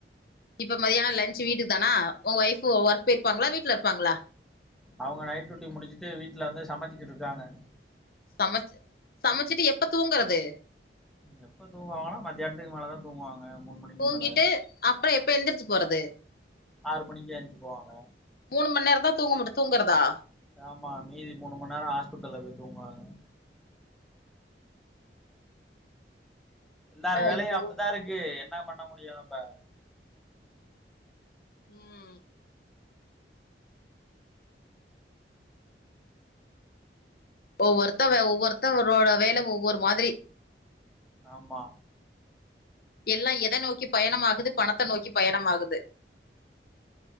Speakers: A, on the left; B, in the centre.
A: இப்ப மத்தியானம் லன்ச் வீட்டுக்கு தானா உங்க ஒய்ஃப் ஒர்க் போயிருப்பாங்களா வீட்டுல இருப்பாங்களா
B: அவங்க நைட் டியூட்டி முடிச்சுட்டு வீட்டுல வந்து சமைச்சிக்கிட்டுருக்காங்க
A: சமச்சு சமச்சிட்டு எப்ப தூங்குறது
B: எப்ப தூங்குவாங்கன்னா மத்தியானத்துக்கு மேலதா தூங்குவாங்க மூணு மணிக்கு
A: தூங்கிட்டு
B: மேல
A: அப்ப எப்ப எந்திரிச்சு போறது
B: ஆறு மணிக்கு எஞ்சுக்குவாங்க
A: மூணு மண் நேரந்தா தூங்க முட் தூங்கறதா
B: ஆமா மீதி மூணு மண் நேர ஹாஸ்பிட்டல்ல தா தூங்குவாங்க எல்லார்
A: ஐயோ
B: வேலையு அப்டிதா இருக்கு என்னா பண்ண முடியு நம்ப
A: ம் ஒவ்வொருத்த ஒவ்வொருத்தரோட வேல ஒவ்வொரு மாதிரி
B: ஆமா
A: எல்லா எத நோக் கி பயணமாகுது பணத்த நோக்கி பயணமாகுது